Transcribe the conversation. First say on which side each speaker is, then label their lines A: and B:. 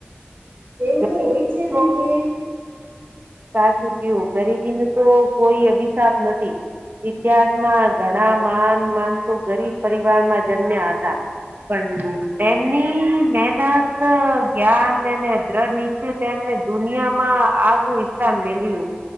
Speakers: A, on the right (about 80°); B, on the right (about 55°).
A: એવું
B: ગરીબી
A: તો હોય છે ને
B: તો
A: કે
B: સાચું કયું ગરીબી નુ તો કોઈ અભિશાપ નથી ઇતિહાસમાં ઘણા માન માનસો ગરીબ પરિવારમાં જન્મ્યા હતા પણ તેમની મહેનત જ્ઞાન અને દ્રડ નીચે તેમને દુનિયામાં આગું ઇસ્થાન મેલ્યું